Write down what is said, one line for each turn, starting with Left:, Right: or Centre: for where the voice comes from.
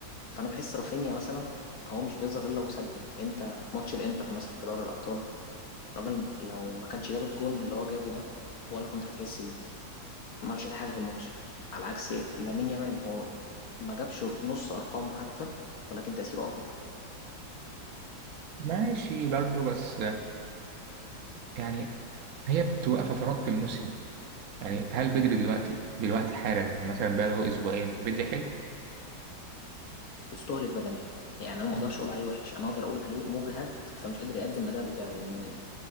Left: فانا بحس رافينيا مثلا هو مش بيظهر الا وسجل انت في ماتش الانتر مثلا في دوري الابطال الراجل لو ما كانش جاب الجون اللي هو جابه ده ولا كنت هتحس بيه ما عملش اي حاجه في الماتش على عكس لامين يامال هو ما جابش نص ارقامه حتى ولكن تاثيره اكبر
Right: ماشي برضو بس يعني هي بتبقى فترات في الموسم يعني هل بدري دلوقتي دلوقتي حالا مثلا بقى له اسبوعين بدري حلو
Left: يستهلك بدنيا يعني انا ما
Right: مم.
Left: اقدرش اقول عليه وحش انا اقدر اقول عليه مجهد فمش قادر يقدم الاداء بتاعه لان